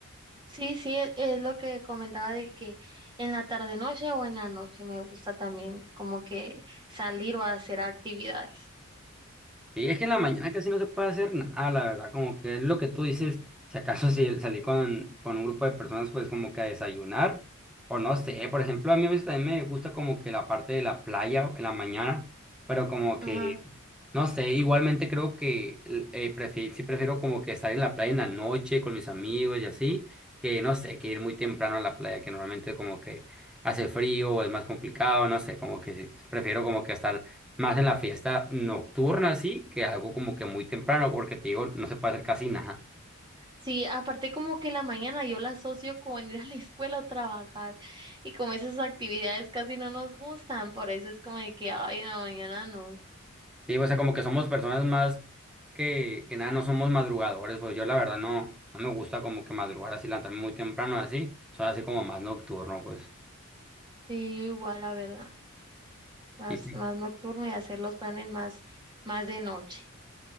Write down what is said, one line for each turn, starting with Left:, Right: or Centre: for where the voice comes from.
Right: Sí, sí, e- es lo que comentaba de que en la tarde noche o en la noche me gusta también como que salir o hacer actividades.
Centre: Y es que en la mañana casi no se puede hacer nada, la verdad, como que es lo que tú dices, si acaso si salí con, con un grupo de personas, pues como que a desayunar, o no sé, por ejemplo, a mí a veces también me gusta como que la parte de la playa en la mañana, pero como Mm.
Right: Ajá.
Centre: que no sé, igualmente creo que l- eh, prefi- sí prefiero como que estar en la playa en la noche con mis amigos y así, que no sé, que ir muy temprano a la playa, que normalmente como que hace frío o es más complicado, no sé, como que sí, prefiero como que estar más en la fiesta nocturna así, que algo como que muy temprano, porque te digo, no se puede hacer casi nada.
Right: Sí, aparte como que la mañana yo la asocio con ir a la escuela o trabajar y como esas actividades casi no nos gustan, por eso es como de que, ay, en la mañana no.
Centre: Sí, o sea, como que somos personas más que, que nada, no somos madrugadores, pues yo la verdad no, no me gusta como que madrugar así, levantarme muy temprano así, soy así como más nocturno, pues.
Right: Sí, yo igual, la verdad, más,
Centre: Sí,
Right: más nocturno y hacer los planes más, más de noche.